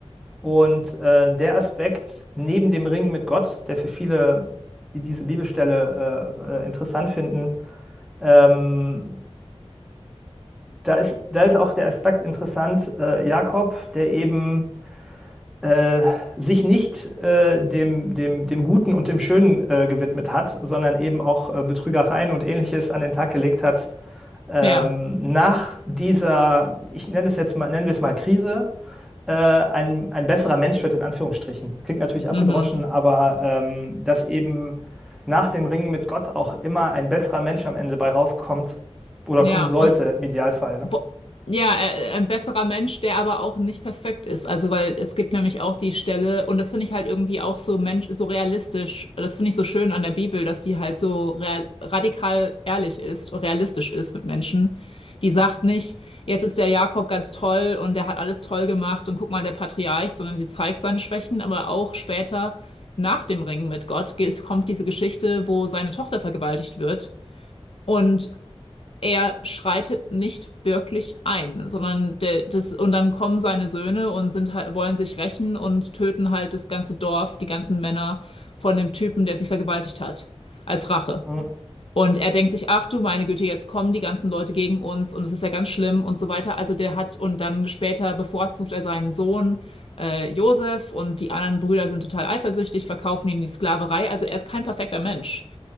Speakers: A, in the centre; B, on the left.
A: Und äh, der Aspekt neben dem Ringen mit Gott, der für viele, die diese Bibelstelle äh, äh, interessant finden, ähm, da ist, da ist auch der Aspekt interessant, äh, Jakob, der eben äh, sich nicht äh, dem, dem, dem Guten und dem Schönen äh, gewidmet hat, sondern eben auch äh, Betrügereien und Ähnliches an den Tag gelegt hat. Ähm,
B: Ja,
A: nach dieser, ich nenne es jetzt mal, nennen wir es mal Krise, äh, ein, ein besserer Mensch wird in Anführungsstrichen. Klingt natürlich abgedroschen,
B: mhm.
A: aber ähm, dass eben nach dem Ringen mit Gott auch immer ein besserer Mensch am Ende bei rauskommt oder
B: Ja,
A: kommen sollte,
B: und
A: im Idealfall. Ne?
B: bo ja, äh, ein besserer Mensch, der aber auch nicht perfekt ist. Also, weil es gibt nämlich auch die Stelle, und das finde ich halt irgendwie auch so Mensch, so realistisch. Das finde ich so schön an der Bibel, dass die halt so real, radikal ehrlich ist und realistisch ist mit Menschen. Die sagt nicht, jetzt ist der Jakob ganz toll und der hat alles toll gemacht und guck mal, der Patriarch, sondern sie zeigt seine Schwächen, aber auch später nach dem Ringen mit Gott es kommt diese Geschichte, wo seine Tochter vergewaltigt wird. Und er schreitet nicht wirklich ein, sondern der, das, und dann kommen seine Söhne und sind halt, wollen sich rächen und töten halt das ganze Dorf, die ganzen Männer von dem Typen, der sie vergewaltigt hat, als Rache.
A: Mhm.
B: Und er denkt sich, ach du meine Güte, jetzt kommen die ganzen Leute gegen uns und es ist ja ganz schlimm und so weiter. Also der hat, und dann später bevorzugt er seinen Sohn, äh, Josef und die anderen Brüder sind total eifersüchtig, verkaufen ihn in die Sklaverei. Also er ist kein perfekter Mensch.